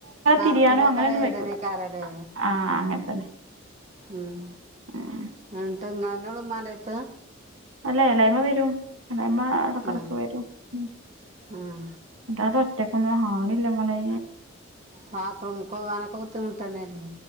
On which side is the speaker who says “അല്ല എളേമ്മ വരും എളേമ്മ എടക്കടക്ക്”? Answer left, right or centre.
Right